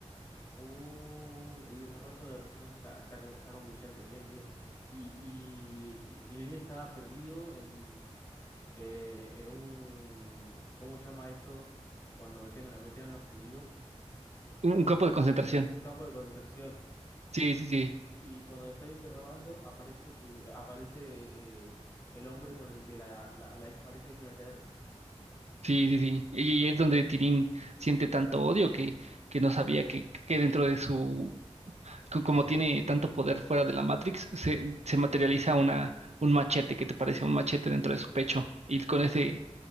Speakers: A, on the left; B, on the right.
A: Uh, el desarrollo del personaje está, está, con- está concluyente, bien, bien. Y, y Tilly estaba perdido en, eh, en un, ¿cómo se llama esto? Cuando metían, a- metían a los judíos,
B: un, un campo de concentración.
A: un campo de concentración.
B: Sí, sí, sí.
A: Y cuando lo están interrogando, aparece su, eh, aparece eh, el hombre con el que la, la, la ex pareja hizo un ETR.
B: Sí, sí, sí. Y y es donde Tilín siente tanto odio que, que no sabía que, que dentro de su co- como tiene tanto poder fuera de la Matrix, se, se materializa una, un machete, que te parece? Un machete dentro de su pecho. Y con ese,